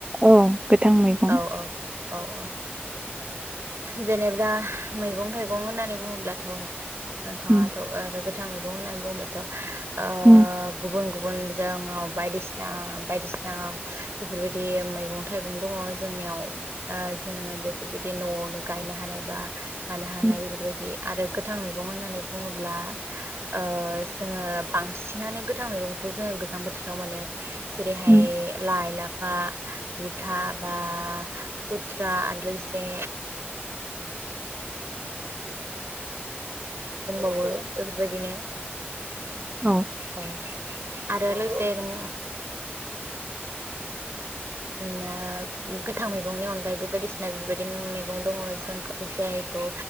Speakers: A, on the right; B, on the right.
A: औ गोथां मैगं
B: औ औ औ औ जेनेबा मैगं-थाइगं होननानै बुङोब्लाथ' नोंथाङाथ'
A: उम
B: आरो गोथां मैगं होननानै बुङोब्लाथ' आ
A: उम
B: गुबुन गुबुनजों औ बायदिसिना बायदिसिना बेफोरबायदि मैगं थाइगं दङ जोंनियाव आ जोङो बेफोरबायदि न'आवनो गायनो हानाय बा मानो हानाय
A: उम
B: बेफोरबायदि आरो गोथां मैगं होननानै बुङोब्ला आ जोङो बांसिनानो गोथां मैगंखौ जोङो गो जां बोथोराव मोनो जेरैहाय
A: उम
B: लाइ, लाफा बा बुथा बा खुथ्रा आरो लोगोसे ओ आ
A: औ
B: औ आरो लोगोसे उम नाग गोथां मैगंनि अनगायैबो बायदिसिना बेबायदि मैगं दङ जोंखौ जों जायखौ